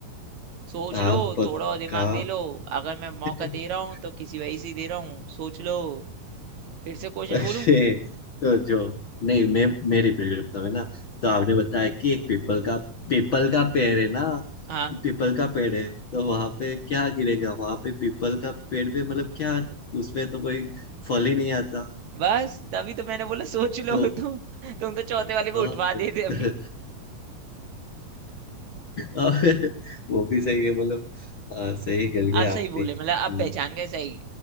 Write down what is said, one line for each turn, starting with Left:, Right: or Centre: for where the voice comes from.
Right: सोच
Left: हाँ
Right: लो
Left: पक्का
Right: थोड़ा और दिमाग दे लो अगर मैं
Left: <laughs>
Right: मौका दे रहा हूँ तो किसी वजह से ही दे रहा हूँ सोच लो फिर से क्वेश्चन
Left: अरे
Right: बोलूं
Left: तो जो नहीं मैं मैं रिपीट करता हूँ ना तो आपने बताया कि एक पीपल का पीपल का पेड़ है ना
Right: हाँ
Left: पीपल का पेड़ है तो वहां पे क्या गिरेगा वहां पे पीपल का पेड़ पे मतलब क्या उसमें तो कोई फल ही नहीं आता
Right: बस तभी तो मैंने बोला सोच लो
Left: तो
Right: <laughs> तुम तुम तो चौथे वाले को
Left: हाँ,
Right: उठवा देते
Left: <laughs>
Right: अभी
Left: और वो भी सही है मतलब हाँ, सही गल गए
Right: आप
Left: आप
Right: सही बोले
Left: भी
Right: मतलब आप
Left: हम्म,
Right: पहचान गए सही